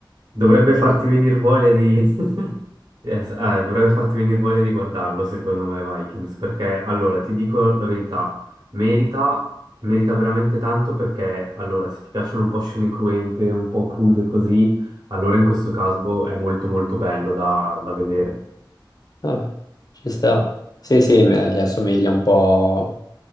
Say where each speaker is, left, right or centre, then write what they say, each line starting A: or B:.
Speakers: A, on the right; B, on the left.
A: Dovrebbe farti venire voglia di... <laughs> Yes, eh, dovrebbe farti venire voglia di guardarlo, secondo me, Vikings, perché allora ti dico la verità, merita, merita veramente tanto perché allora se ti piacciono un po' scene cruente, un po' crude così, allora in questo caso è molto molto bello da, da vedere.
B: Ah, ci sta. Sì, sì, me- le assomiglia un po'